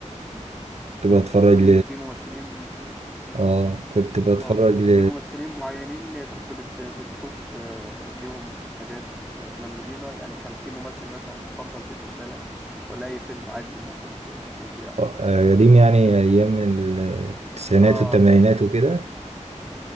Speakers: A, on the right; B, in the centre.
A: كنت بتفرج
B: في في ممثلين
A: اه كنت بتفرج
B: اه
A: ل
B: في ممثلين معينين كنت بت بتشوف آه، ليهم حاجات في أفلام قديمة يعني كان في ممثل مثلا مفضل بالنسبة لك ولا أي فيلم عادي ممكن ت- تشوفه يعني؟
A: آه، قديم يعني ايام التسعينات
B: اه
A: والثمانينات وكده